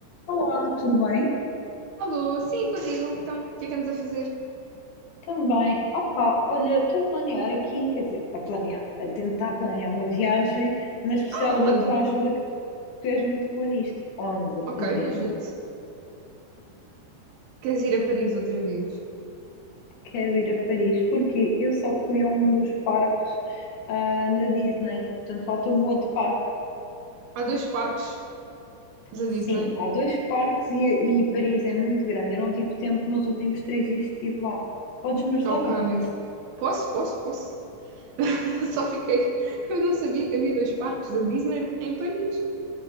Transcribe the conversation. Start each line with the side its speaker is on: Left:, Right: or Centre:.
Left: Olá, tudo bem?
Right: Alô, sim, contigo. Então, o que é que andas a fazer?
Left: Também, opa, olha, estou a planear aqui, quer dizer, a planear, a tentar planear uma viagem, mas precisava
Right: Ah,
Left: da
Right: onde?
Left: tua ajuda, que tu és muito boa nisto. Onde?
Right: Ok,
Left: Adivinha?
Right: eu ajudo-te. Queres ir a Paris outra vez?
Left: Quero ir a Paris, porque eu só fui a um dos parques, ah, na Disney, portanto falta-me outro parque.
Right: Há dois parques da
Left: Sim,
Right: Disney.
Left: há dois parques e, e Paris é muito grande, eu não tive tempo nos últimos três dias que estive lá. Podes-me ajudar
Right: Ok.
Left: ou não?
Right: Posso, posso, posso. <laughs> Só fiquei que eu não sabia que havia dois parques da Disney em Paris.